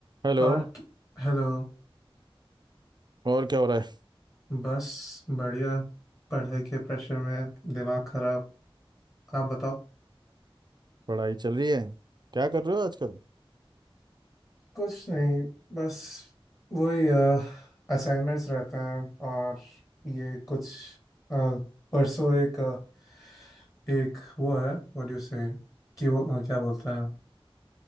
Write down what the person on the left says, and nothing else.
और हेलो
बस बढ़िया पढ़ाई के प्रेशर में दिमाग खराब आप बताओ
कुछ नहीं बस वही असाइनमेंट्स रहते हैं और ये कुछ अ, परसों एक अ, एक वो है व्हाट यू से कि वो अ, क्या बोलते हैं